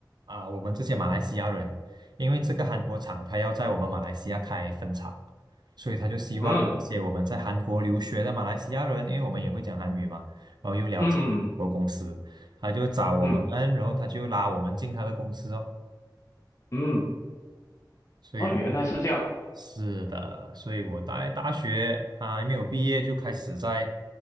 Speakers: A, on the right; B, on the left.
A: 啊、我们这些马来西亚人，因为这个韩国厂他要在我们马来西亚开分厂，所以他就希望一些我们在韩国留学的马来西亚人，
B: 嗯
A: 因为我们也会讲韩语嘛，然后又了解韩国公司，
B: 嗯嗯
A: 他就找我们，
B: 嗯
A: 然后他就拉我们进他的公司哦。
B: 嗯，
A: 所以我
B: 哦，原来是这样，
A: 是的，所以我大大学啊还没有毕业就开始在